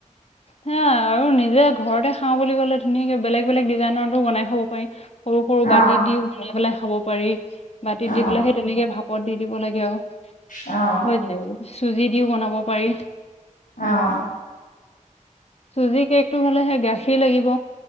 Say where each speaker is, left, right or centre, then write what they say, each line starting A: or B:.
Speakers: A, on the left; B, on the left.
A: হা আৰু নিজে ঘৰতে খাওঁ বুলি ক'লে ধুনীয়াকে বেলেগ বেলেগ ডিজাইনতটো বনাই হ'ব পাৰি। সৰু সৰু
B: অ',
A: বাটিত দিও সাই পেললে খাব পাৰি। বাটিত
B: অ',
A: দি পেলাই সেই তেনেকে ভাল পদ দি দিব লাগে আৰু।
B: অ',
A: হ'দে চুজি দিওঁ বনাব পাৰি।
B: অ'।
A: চুজি কেকটো হ'লে সেই গাখীৰ লাগিব।